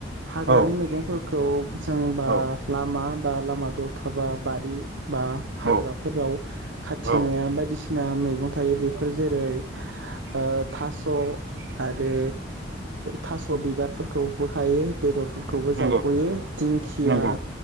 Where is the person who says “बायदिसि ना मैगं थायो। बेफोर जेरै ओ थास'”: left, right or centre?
Right